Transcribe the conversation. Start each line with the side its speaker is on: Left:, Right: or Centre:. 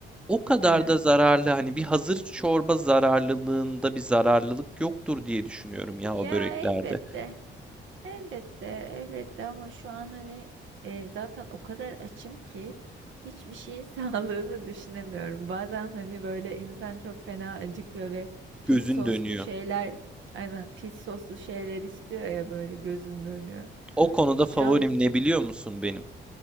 Centre: o kadar
Right: Evet.
Centre: da zararlı hani bir hazır çorba zararlılığında bir zararlılık yoktur diye düşünüyorum ya
Right: Ya
Centre: o böreklerde.
Right: elbette. Elbette, elbette ama şu an hani e, zaten o kadar açım ki hiçbir şeyin <laughs> sağlığını düşünemiyorum. Bazen hani böyle insan çok fena acıkıyor ve pis
Centre: Gözün
Right: soslu
Centre: dönüyor.
Right: şeyler, aynen pis soslu şeyler istiyor ya böyle gözün dönüyor.
Centre: O konuda
Right: Şu
Centre: favorim
Right: an
Centre: ne biliyor musun benim?